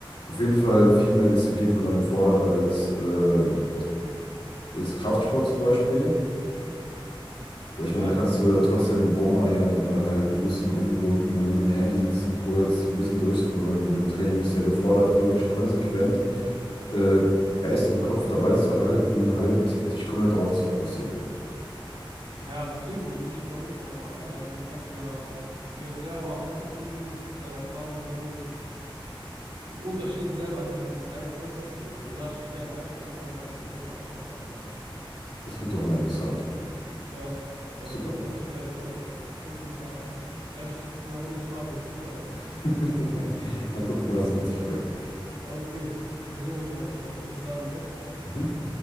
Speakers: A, on the left (about 80°); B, on the right (about 75°).
A: auf jeden Fall viel mehr Disziplin von einem fordert als ähm, jetzt Kraftsport zum Beispiel. Weil
B: Ja,
A: Ich meine, da kannst du ja trotzdem rumeiern oder halt ein bisschen rumgurken und im Handy sitzen kurz, ein bisschen durchscrollen. Beim Training bist du ja gefordert, wirklich konsequent äh, Geist und Kopf dabei zu halten, halt dich komplett darauf zu fokussieren.
B: ja, deswegen würde ich dich auf jeden Fall auch mal einladen. Dann kannst du ja dir das selber mal angucken und deine Erfahrungen sammeln und die Unterschiede selber an deinem eigenen Körper spüren. Deswegen lade ich dich gerne ein, dass du mal bei uns zu den Kampfsportverein kommst.
A: Das klingt doch mal interessant.
B: Ja, dann
A: Super.
B: sehen wir uns vielleicht bei uns im Verein. Vielleicht in einer Runde Sparring sogar, ne?
A: <laughs> Mal gucken, was es mit sich bringt.
B: Okay, wir sehen uns, mein Freund. Bis dann, ne?
A: Mhm.